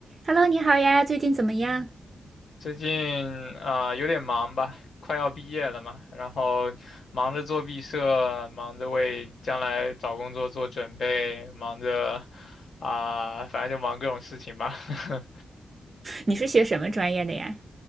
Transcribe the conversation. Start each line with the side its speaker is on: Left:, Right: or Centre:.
Right: Hello，你好呀，最近怎么样？
Left: 最近啊、有点忙吧，快要毕业了嘛，然后忙着做毕设，忙着为将来找工作做准备，忙着啊、反正就忙各种事情吧。<laughs>
Right: 你是学什么专业的呀？